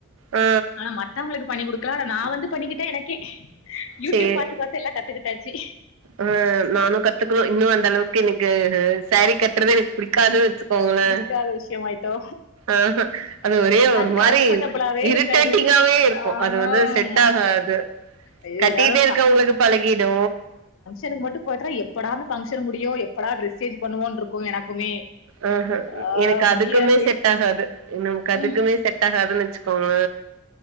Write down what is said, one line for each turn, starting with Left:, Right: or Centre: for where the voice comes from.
Right: ஆ
Left: ஆனா மத்தவங்களுக்கு பண்ணி குடுக்கலா நா வந்து பண்ணிக்கிட்டே எனக்கே யூடியூப்
Right: சேரி
Left: பாத்து பாத்து எல்லா கத்துக்கிட்டாச்சு
Right: ஆ நானு கத்துக்கனு இன்னு அந்த அளவுக்கு எனக்கு ஸேரி கட்டுறத எனக்கு புடிக்காது வச்சக்கோங்களே
Left: பிடிக்காத விஷயமாயிட்டோ
Right: ஆஹா அது ஒரே ஒரு
Left: அது
Right: மாரி
Left: கம்ஃபர்டபிளாவே
Right: இரிட்டேட்டிங்காவே
Left: இருக்காது
Right: இருக்கு
Left: ஆ
Right: அது வந்து செட் ஆகாது
Left: ஐயோ
Right: கட்டிட்டே
Left: ஏதாவது
Right: இருக்கவங்களுக்கு பழகிடு
Left: எனக்கு மட்டு போயிட்ர எப்படா இந்த ஃபங்க்ஷன் முடியு எப்படா டிரெஸ் சேஞ் பண்ணுவோன்ட்ருக்கு எனக்குமே
Right: ஆ ஹ
Left: ஆ
Right: எனக்கு அதுக்குமே
Left: முடியாது
Right: செட் ஆகாது நமக்கு அதுக்குமே
Left: ம்
Right: செட் ஆகாதுன்னு வச்சுக்கோங்கள